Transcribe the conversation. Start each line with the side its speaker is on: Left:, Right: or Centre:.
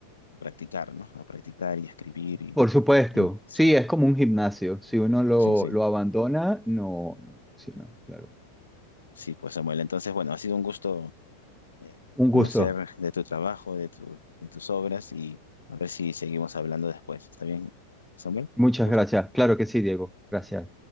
Left: practicar, ¿no? A practicar y escribir y,
Centre: por supuesto.
Left: y sí.
Centre: Sí, es como un gimnasio. Si uno lo,
Left: Sí, sí.
Centre: lo abandona, no, no, sí, no, claro.
Left: Sí, pues Samuel, entonces, bueno, ha sido un gusto eh,
Centre: Un
Left: conocer
Centre: gusto.
Left: de tu trabajo, de tu, de tus obras y a ver si seguimos hablando después. ¿Está bien, Samuel?
Centre: Muchas
Left: Gusto.
Centre: gracias. Claro que sí, Diego. Gracias.